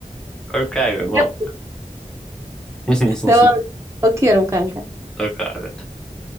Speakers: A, in the centre; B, on the right.
A: Kork abi mom.
B: Yap.
A: <laughs>
B: Devam. Okuyorum kanka.
A: Kork abi.